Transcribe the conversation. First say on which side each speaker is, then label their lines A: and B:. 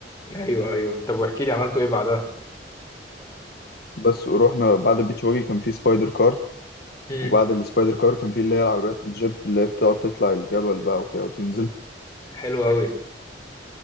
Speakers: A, on the left (about 20°); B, on the left (about 60°).
A: ايوه ايوه طب واحكي لي عملتوا ايه بعدها
B: بس ورحنا بعد البيتش واجي كان في سبايدر كار
A: امم
B: وبعد السبايدر كار كان في اللي هي العربيات الجيب اللي هي بتقعد تطلع الجبل بقى وكده وتنزل
A: حلو قوي